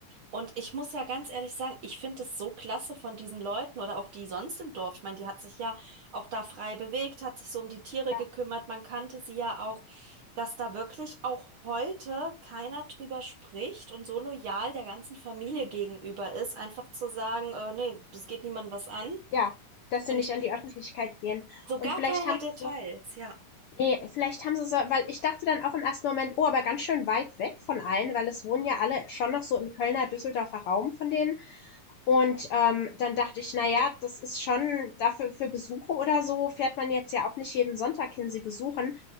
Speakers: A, on the right; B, on the left.
A: Und ich muss ja ganz ehrlich sagen, ich finde es so klasse von diesen Leuten oder auch die sonst im Dorf. Ich meine, die hat sich ja auch da frei bewegt, hat sich so um die Tiere
B: ja,
A: gekümmert. Man kannte sie ja auch, dass da wirklich auch heute keiner drüber spricht und so loyal der ganzen Familie gegenüber ist, einfach zu sagen, äh, nee, das geht niemandem was an.
B: ja, dass sie
A: Und
B: nicht an die Öffentlichkeit gehen.
A: so
B: Und
A: gar
B: vielleicht
A: keine
B: haben
A: Details,
B: sie so,
A: ja.
B: Ne, vielleicht haben sie so weil ich dachte dann auch im ersten Moment: „Oh, aber ganz schön weit weg von allen“, weil es wohnen ja alle schon noch so im Kölner, Düsseldorfer Raum von denen. Und, ähm, dann dachte ich: „Na ja, das ist schon dafür für Besuche oder so fährt man jetzt ja auch nicht jeden Sonntag hin, sie besuchen.“